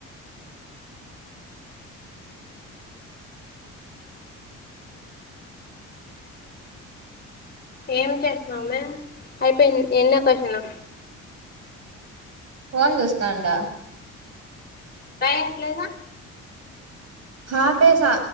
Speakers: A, on the left (about 30°); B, on the right (about 55°).
A: ఏం చేసినవుమ్మె అయిపోయింది ఎన్నవ క్వశ్చన్
B: పోన్ చూస్తాండా
A: పైక్ లేదా
B: ఆపే స